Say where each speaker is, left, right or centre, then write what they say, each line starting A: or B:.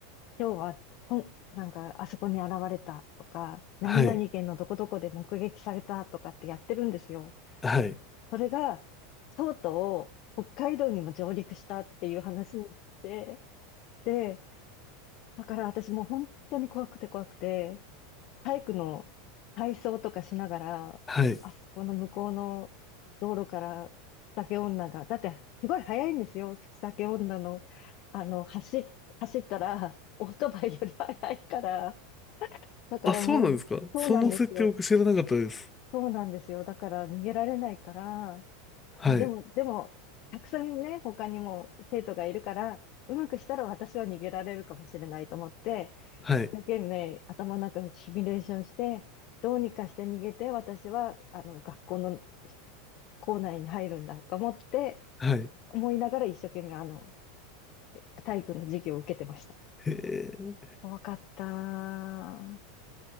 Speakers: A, on the left (about 50°); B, on the left (about 20°).
A: 今日は、こん、なんか、あそこに現れたとか、何々県のどこどこで目撃されたとかってやってるんですよ。
B: はい、はい、
A: それが、とうとう北海道にも上陸したっていう話になって、で、だから私もう本当に怖くて怖くて、体育の体操とかしながら、
B: はい。
A: あそこの向こうの道路から酒女が、だってすごい速いんですよ、口酒女の、あの、走っ、走ったら、オートバイより速いから、だからもう、
B: あ、そうなんですかその設定僕知らなかったです。
A: そうなんですよ。そうなんですよ。だから逃げられないから、
B: はい。
A: いや、でも、でも、たくさんね、他にも生徒がいるから、うまくしたら私は逃げられるかもしれないと思って、一生懸命頭の中でシミュレーションして、
B: はい。
A: どうにかして逃げて、私は、あの、学校の校内に入るんだと思って、
B: はい。
A: 思いながら一生懸命、あの、体育の授業を受けてました。
B: へえ。い
A: 怖かった。